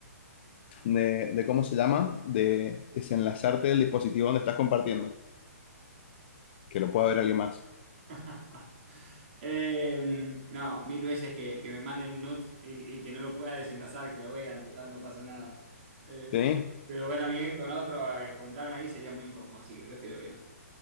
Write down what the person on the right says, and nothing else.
<laughs> Eh, no, mil veces que, que me manden un nude y, y que no lo pueda desenlazar, que lo vean, total, no pasa nada. Eh,
pero ver a Miguel con otro, eh, juntarme ahí sería muy incómodo, así que prefiero que no.